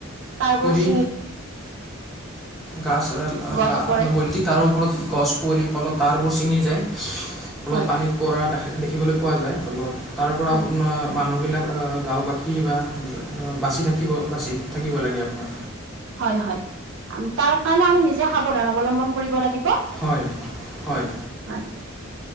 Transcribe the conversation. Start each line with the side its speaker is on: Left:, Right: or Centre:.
Right: টাৰবোৰ চি
Centre: অ গাছ
Right: গছ
Centre: লা
Right: পৰে
Centre: লা বৈদ্যুতিক টাৰ ওপৰত গছ পৰি ফলত পাৰ বোৰ চিঙি যায় ফলত
Right: হয়
Centre: পানীত পৰা দেখা দেখিবলৈ পোৱা যায় ফলত তাৰ পৰা
Right: হয়
Centre: আপোনাৰ মানুহ বিলাক গাঁওবাসী বা বাচি থাকিব বাচি থাকিব লাগে আপোনাৰ
Right: হয় হয় তাৰ কাৰণে আমি নিজে সাৱধান অৱলম্বন কৰিব লাগিব। লাগিব
Centre: হয় হয়
Right: হয়।